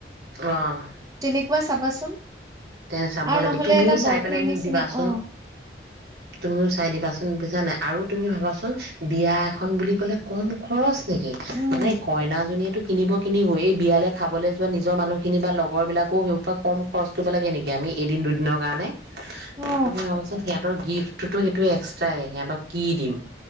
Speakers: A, on the right; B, on the right.
A: অ'।
B: কেনেকুৱা চাবাচোন।
A: তে চাব
B: আৰু
A: লাগিব
B: নহলে
A: তুমিও
B: এটা
A: চাই
B: বৰফিৰ
A: পেলাই মোক
B: নিচিনা
A: দিবাচোন,
B: অ
A: তুমিও চাই দিবাচোন বুজানে। আৰু তুমি ভাবাচোন বিয়া এখন বুলি ক'লে কম খৰচ নেকি
B: উম
A: মানে কইনাজনীয়েতো কিনিব কিনিব, এই বিয়ালে খাবলে যোৱা নিজৰ মানুহখিনি বা লগৰবিলাকো সেইসোপা কম খৰচ কৰিব লাগে নেকি আমি এদিন দুদিনৰ কাৰণে?
B: অ
A: তুমি ভাবাচোন সিম সিহঁতৰ গিফ্টটোতো সেইটো এক্সট্ৰাই সিহঁতক কি দিম